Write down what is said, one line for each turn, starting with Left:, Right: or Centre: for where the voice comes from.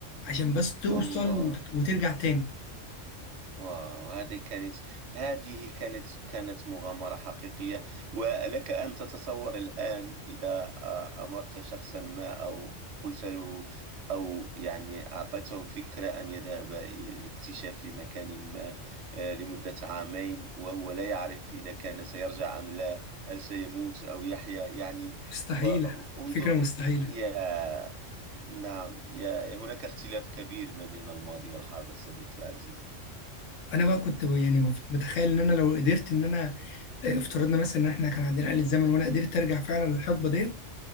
Left: عشان بس توصل
Right: الله
Left: وت- وترجع تاني
Right: واو هذه كانت هذه كانت كانت مغامرة حقيقية ولك أن تتصور الآن إذا آه، أمرت شخصا ما أو قلت له أو يعني أعطيته فكرة أن يذهب إلى- لاكتشاف مكان ما آه، لمدة عامين وهو لا يعرف إذا كان سيرجع أم لا هل سيموت أو يحيا يعني
Left: مستحيلة
Right: وانظر
Left: فكرة مستحيلة
Right: يا نعم يا هناك اختلاف كبير ما بين الماضي والحاضر صديقي العزيز
Left: فأنا بقى كنت ب- يعني مف- متخيل إن أنا لو قدرت إن أنا آه، افترضنا مثلا إن إحنا كان عندنا آلة زمن وأنا قدرت أرجع فعلا للحقبة ديت